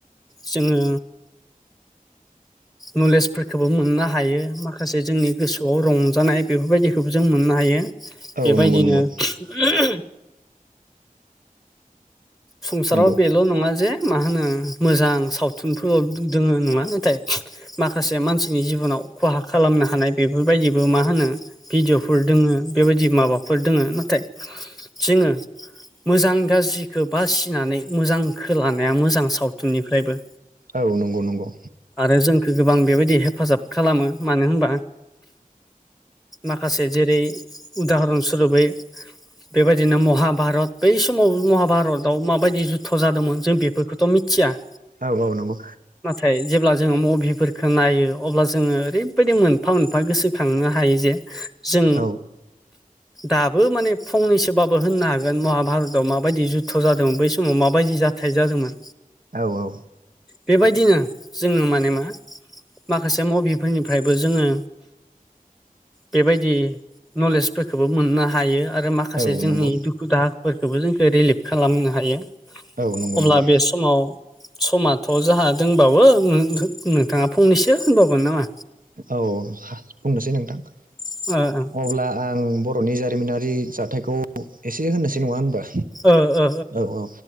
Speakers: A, in the centre; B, on the right.
A: जोङो नलेजफोरखौबो मोननो हायो माखा माखासे जोंनि गोसोआव रंजानाय बेफोरबायदिखोबो जों मोननो हायो।
B: औ
A: बेबायदिनो
B: नंगौ नंगौ
A: <unintelligible> संसाराव
B: नंगौ
A: बेल' नङा जे मा होनो मोजां सावथुनफोर दोङो नङा नाथाय माखासे मानसिनि जिबनाव खहा खालामनो हानाय बेफोरबायदिबो मा होनो भिदिअफोर दोङो बेबायदि माबाफोर दोङो नाथाय जोङो मोजां गाज्रिखो बासिनानै मोजांखो लानाया मोजां सावथुननिफ्रायबो।
B: औ नंगौ नंगौ।
A: आरो जोंखौ गोबां बेबायदि हेफाजाब खालामो मानो होनबा माखासे जेरै उदाहरन सुरुबै बेबायदिनो महाभारत बै समाव महाभारत भारताव माबायदि जुध जादोंमोन जों बेफोरखौथ' मिथिया।
B: औ औ नंगौ।
A: नाथाय जेब्ला जोङो मुभिफोरखौ नायो अब्ला जोङो ओरैबायदि मोनफा मोनफा गोसोखांनो हा हायो जे जों
B: औ
A: दाबो माने फंनैसोबाबो होननो हागोन महाभारतआव माबायदि जु थ' जादों बै समाव माबायदि जाथाय जादोंमोन
B: औ औ
A: बेबायदिनो जोङो माने मा? माखासे मुभिफोरनिफ्रायबो जोङो बेबायदि नलेजफोरखोबो मोननो हायो आरो माखा माखासे
B: औ
A: जोंनि
B: नंगौ
A: दुखु दाहाफोरखोबो जोंखो रिलिभ खालामनो हायो
B: औ नंगौ
A: अब्ला
B: नंगौ
A: बे समाव समाथ' जाहा दंबावो नोंथाङा फंनैसो होनबावगोन नामा?
B: औ बुंनोसै नोंथां।
A: <unintelligible>
B: अब्ला आं बर'नि जारिमिनारि जाथायखौ एसे होनोसै नङा होनबा?
A: ओ ओ
B: औ औ